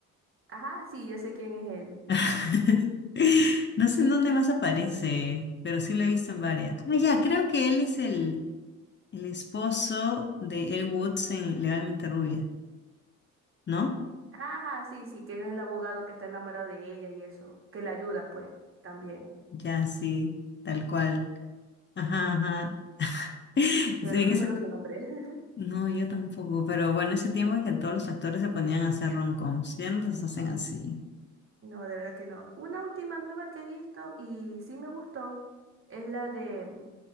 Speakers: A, on the right; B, on the left.
A: Ajá, sí, yo sé quién es él.
B: <laughs> No sé en dónde más aparece, pero sí lo he visto en varias. Ah, ya, creo que él es el. El esposo de Elle Woods en Legalmente Rubia, ¿no?
A: Ajá, sí, sí, que él es el abogado que está enamorado de ella y eso, que la ayuda, pues, también.
B: Ya, sí, tal cual. Ajá, ajá. <laughs>
A: Pero
B: En
A: no recuerdo
B: ese...
A: su nombre. <laughs>
B: No, yo tampoco, pero bueno, ese tiempo en que todos los actores se ponían a hacer rom-coms, ya no las hacen así.
A: No, de verdad que no. Una última nueva que he visto y sí me gustó es la de mm,